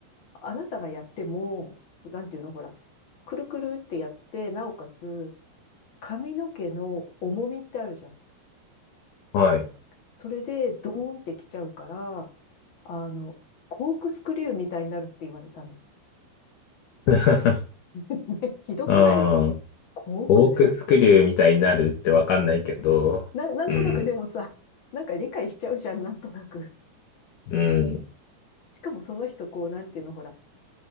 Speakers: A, on the left (about 50°); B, on the left (about 65°).
A: あなたがやっても、なんていうの、ほら、くるくるってやって、なおかつ、髪の毛の重みってあるじゃん。
B: はい。
A: それでドーンってきちゃうから、あの、コークスクリューみたいになるって言われたの。
B: <laughs>
A: <laughs> ね、ひどくない
B: ああ、
A: コークス、
B: コークスクリューみたいになるってわかんないけど、
A: な、なんとなくでもさ、
B: うん、
A: <laughs> なんか理解しちゃうじゃん、なんとなく。
B: うん。
A: しかもその人、こう、なんていうの、ほら、